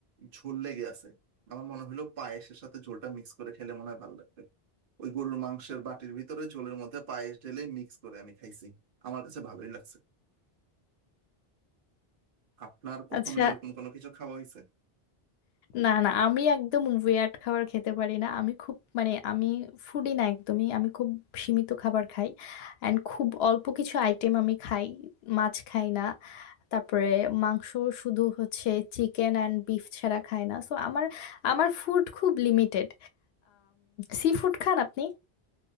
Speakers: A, on the right; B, on the left.
A: ঝোল লেগে আছে আমার মনে হলো পায়েসের সাথে ঝোলটা মিক্স করে খেলে মনে হয় ভালো লাগবে ওই গরুর মাংসের বাটির ভিতরে ঝোলের মধ্যে পায়েস ঢেলে মিক্স করে আমি খাইছি আমার কাছে ভালোই লাগছে আপনার কখনো
B: আচ্ছা
A: এরকম কোনো কিছু খাওয়া হয়েছে
B: না না আমি একদম ওয়ার্ড খাবার খেতে পারি না আমি খুব মানে আমি ফুডি না একদমই আমি খুব সীমিত খাবার খাই অ্যান্ড খুব অল্প কিছু আইটেম আমি খাই মাছ খাই না তারপরে মাংস শুধু হচ্ছে চিকেন অ্যান্ড বিফ ছাড়া খাই না সো আমার আমার ফুড খুব লিমিটেড সি ফুড খান আপনি